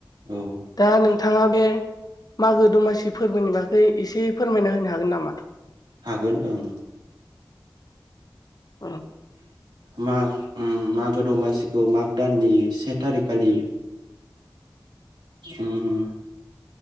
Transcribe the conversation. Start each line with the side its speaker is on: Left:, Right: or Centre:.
Right: औ
Left: दा नों थाङा बे मागो दमासि फोरबोनि बागै एसे फोरमायना होनो हागोन नामा?
Right: हागोन ओं।
Left: उम।
Right: माग उम मागो दमासिखौ माग दाननि से थारिखालि उम